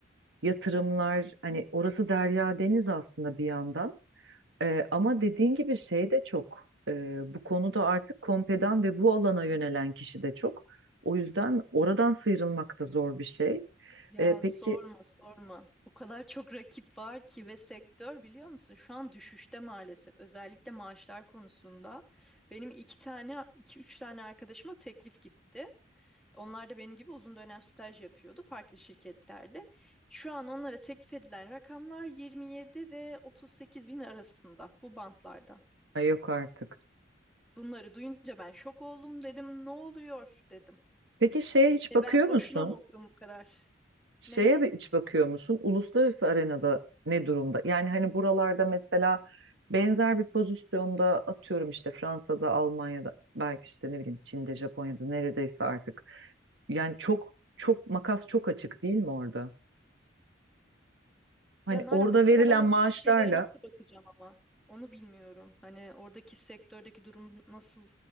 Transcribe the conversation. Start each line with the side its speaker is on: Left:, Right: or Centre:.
Right: yatırımlar hani orası derya deniz aslında bir yandan Ee, ama dediğin gibi şey de çok Ee, bu konuda artık kompedan ve bu alana yönelen kişi de çok o yüzden oradan sıyrılmak da zor bir şey
Centre: Ya
Right: Ee, peki
Centre: sorma sorma. O kadar çok rakip var ki ve sektör biliyor musun şu an düşüşte maalesef. Özellikle maaşlar konusunda. Benim iki tane, iki üç tane arkadaşıma teklif gitti. Onlar da benim gibi uzun dönem staj yapıyordu farklı şirketlerde. Şu an onlara teklif edilen rakamlar 27 ve 38 bin arasında bu bantlarda.
Right: Ay yok artık
Centre: Bunları duyunca ben şok oldum dedim ne oluyor dedim.
Right: peki şeye
Centre: Hani
Right: hiç bakıyor
Centre: ben boşuna
Right: musun?
Centre: mı okudum bu kadar?
Right: Şeye
Centre: Neye?
Right: bir iç bakıyor musun? Uluslararası arenada ne durumda? Yani hani buralarda mesela benzer bir pozisyonda atıyorum işte Fransa'da, Almanya'da, belki işte ne bileyim Çin'de, Japonya'da neredeyse artık. Yani çok çok makas çok açık değil mi orada? Hani
Centre: Ya Nalan
Right: orada
Centre: mesela
Right: verilen
Centre: ben oradaki
Right: maaşlarla
Centre: şeylere nasıl bakacağım ama onu bilmiyorum. Hani oradaki sektördeki durum nasıl?